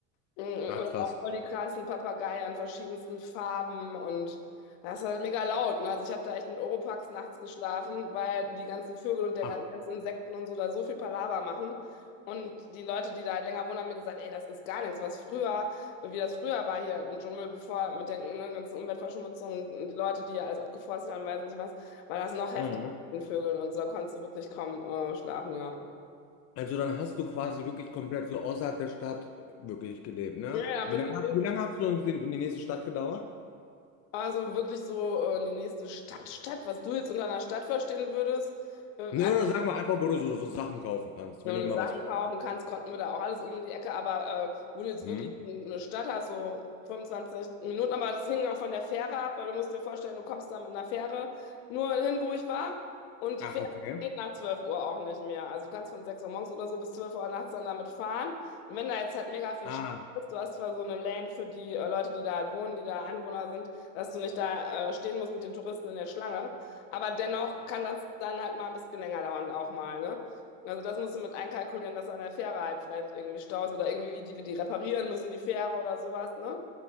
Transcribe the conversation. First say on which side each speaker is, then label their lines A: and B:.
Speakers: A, on the left; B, on the left.
A: Mm,
B: Ach,
A: Oder
B: krass.
A: auch voll die krassen Papageien an verschiedensten Farben und das ist halt mega laut. Ne? Also ich habe da echt mit Oropax nachts geschlafen, weil die ganzen Vögel und der
B: Ach.
A: gan- ganzen Insekten und so da so viel Palaver machen. Und die Leute, die da halt länger wohnen, haben mir gesagt, ey, das ist gar nichts, was früher, wie das früher war hier im Dschungel, bevor mit der ne, ganzen Umweltverschmutzung und die Leute, die hier alles abgeforstet haben, weiß nicht was, war das noch heftiger
B: mhm.
A: mit den Vögeln und so, da konntest du wirklich kaum äh, schlafen, ja.
B: Also dann hast du quasi wirklich komplett so außerhalb der Stadt äh, wirklich gelebt, ne?
A: Ja, ja,
B: Wie
A: mit
B: lange,
A: einem
B: hat- wie lange hast du uns in, die in die nächste Stadt gedauert?
A: Also wirklich so äh, die nächste Stadt, Stadt, was du jetzt unter einer Stadt verstehen würdest. Äh,
B: Ne, oder sagen wir einfach, wo du so, so Sachen kaufen kannst,
A: wenn
B: wenn ihr
A: du
B: mal
A: Sachen
B: was.
A: kaufen kannst, konnten wir da auch alles um die Ecke. Aber äh, wo du jetzt
B: Hm?
A: wirklich eine Stadt hast, so 25 Minuten, aber das hing auch von der Fähre ab, weil du musst dir vorstellen, du kommst da mit einer Fähre nur hin, wo ich war. Und
B: Ach,
A: die Fähre,
B: okay.
A: die geht nach 12 Uhr auch nicht mehr. Also du kannst von 6 Uhr morgens oder so bis 12 Uhr nachts dann damit fahren. Und wenn da jetzt halt mega viel
B: Ah,
A: Stadt ist, du hast zwar so eine Lane für die äh, Leute, die da halt wohnen, die da Anwohner sind, dass du nicht da äh, stehen musst mit den Touristen in der Schlange. Aber dennoch kann das dann halt mal ein bisschen länger dauern auch mal, ne? Also das musst du mit einkalkulieren, dass an der Fähre halt vielleicht irgendwie Staus oder irgendwie wie die wir die reparieren müssen, die Fähre oder sowas, ne?